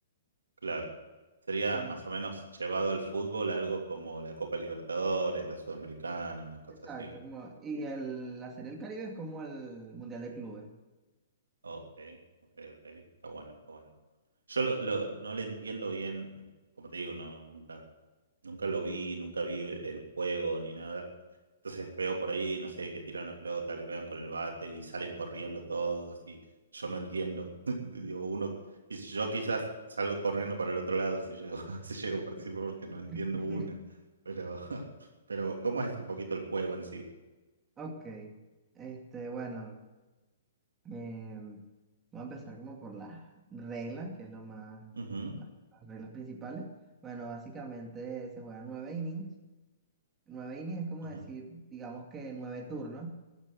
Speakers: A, on the right; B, on the right.
A: Claro. Sería
B: Mm.
A: más o menos llevado al fútbol algo como la Copa Libertadores, la Sudamericana, una cosa
B: Exacto,
A: así.
B: como, y el, la Serie del Caribe es como el Mundial de Clubes.
A: Ok, ok, ok. Está bueno, está bueno. Yo lo- lo- no le entiendo bien, eh, como te digo, no, nunca, nunca lo vi, nunca vi el, el juego ni nada. Entonces veo por ahí, no sé, que tiran la pelota, le pegan con el bate y salen corriendo todos y yo no entiendo. <laughs> Digo, uno, y yo quizás salgo corriendo para el otro lado si llego, <laughs> si llego a participar porque no entiendo
B: <laughs>
A: una. Pero, <laughs> pero ¿cómo es un poquito el juego en sí?
B: Ok, este, bueno, em, voy a empezar como por las reglas, que es lo más,
A: Ujú,
B: bueno, las reglas principales. Bueno, básicamente se juegan nueve innings. Nueve innings es como
A: ujú,
B: decir, digamos que nueve turnos,